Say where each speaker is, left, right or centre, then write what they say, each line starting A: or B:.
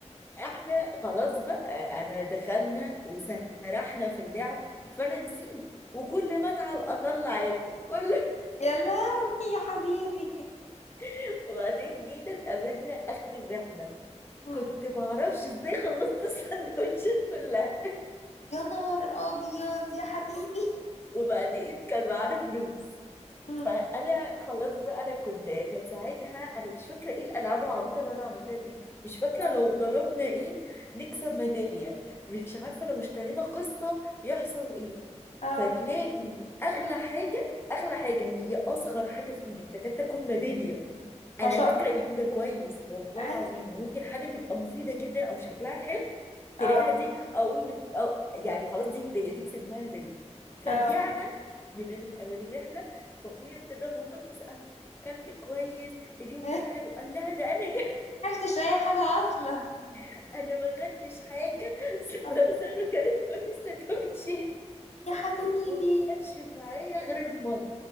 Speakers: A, on the left; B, on the left.
A: احنا خلاص بقى انا دخلنا وسرحنا في اللعب فانا نسيت وكل ما اتعب اطلع اكل كل
B: يا لهوي <laughs> يا حبيبي
A: <laughs> وبعدين جينا اتقابلنا اخر الرحله
B: مم.
A: كنت معرفش ازاي خلصت <laughs> السندوتشات كلها
B: يا نهار أبيض يا حبيبي
A: وبعدين كان معانا فلوس
B: مم.
A: فانا خلاص بقى انا كنت كان ساعتها انا مش فاكره ايه الالعاب العبيطه اللي انا عملتها دي مش فاكره
B: اه
A: لو ضربنا ايه نكسب ميداليه مش عارفه لو اشترينا قصه يحصل ايه
B: اه
A: فتلاقي اغلى حاجه اغلى حاجه هي اصغر حاجه في ايدك تكاد تكون ميداليه انا
B: ما شاء
A: فاكره
B: الله
A: اليوم ده كويس والله العظيم
B: أيوة.
A: وممكن حاجه تبقى مفيده جدا او شكلها حلو تلاقيها
B: اه
A: دي اقول له أو يعني خلاص دي هديه دي كسبناها هديه فرجعنا
B: اه
A: من ال- من الرحله فاخويا ابتدى ماما تساله كلت كويس اليوم
B: <laughs>
A: كان حلو قال لها ده انا جا
B: عرفتش اي حاجة اصلا
A: <laughs> انا ما كلتش حاجه <laughs>
B: <laughs> آه،
A: ساره كلت كل السندوتشات
B: يا حبيبي
A: وما كانش معايا غير المية